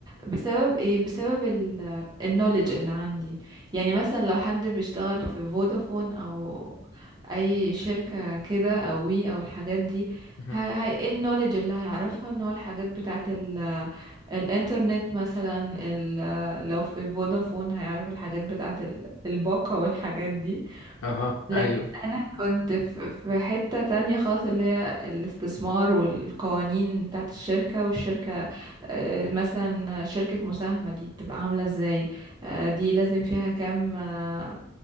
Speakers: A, on the right; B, on the left.
A: بسبب ايه بسبب النولج اللي عندي يعني مثلا لو حد بيشتغل في فودافون او اي شركة كده او وي او الحاجات دي
B: مهم.
A: ه- هي ايه النولج اللي هيعرفها ان هو الحاجات بتاعت ال الانترنت مثلا ال لو في فودافون هيعرف الحاجات بتاعت ال- الباقة والحاجات دي
B: اها
A: لكن
B: ايوه
A: انا كنت في في حتة تانية خالص اللي هي الاستثمار والقوانين بتاعت الشركة والشركة آه، مثلا شركة مساهمة دي بتبقى عاملة ازاي آه، دي لازم فيها كام آه،